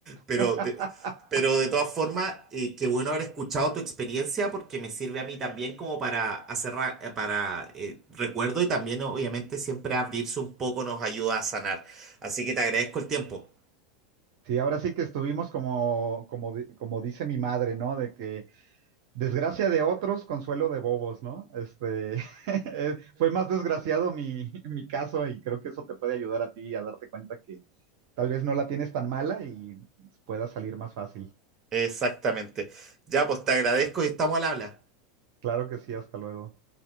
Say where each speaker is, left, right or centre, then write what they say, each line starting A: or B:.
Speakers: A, on the right; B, on the right.
A: Pero
B: <laughs>
A: de, pero de todas formas, eh, qué bueno haber escuchado tu experiencia porque me sirve a mí también como para hacer, ra- eh, para eh, recuerdo y también obviamente siempre abrirse un poco nos ayuda a sanar. Así que te agradezco el tiempo.
B: Sí, ahora sí que estuvimos como, como, di- como dice mi madre, ¿no? De que Desgracia de otros, consuelo de bobos, ¿no? Este, <laughs> fue más desgraciado mi, <laughs> mi caso y creo que eso te puede ayudar a ti a darte cuenta que tal vez no la tienes tan mala y pueda salir más fácil.
A: Exactamente. Ya, pues te agradezco y estamos al habla.
B: Claro que sí, hasta luego.